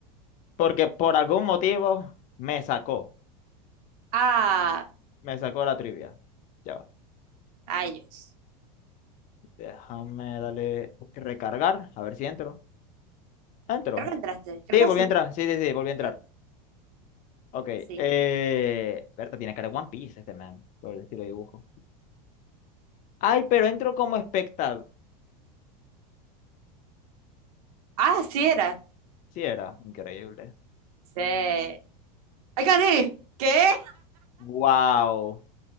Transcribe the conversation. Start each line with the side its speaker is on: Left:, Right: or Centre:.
Left: Porque por algún motivo me sacó.
Right: Ah,
Left: Me sacó la trivia. Ya va.
Right: rayos.
Left: Déjame darle recargar. A ver si entro. Entro.
Right: Creo que entraste, creo
Left: Sí,
Right: que
Left: volví
Right: sí.
Left: a
Right: entraste.
Left: entrar. Sí, sí, sí, volví a entrar.
Right: Sí.
Left: Ok.
Right: sí.
Left: Eh... Berta tiene cara de One Piece este man. Por el estilo de dibujo. Ay, pero entro como espectador.
Right: Ah, sí era.
Left: Sí, era increíble.
Right: Sí. ¡Ay, gané! ¿Qué?
Left: Wow.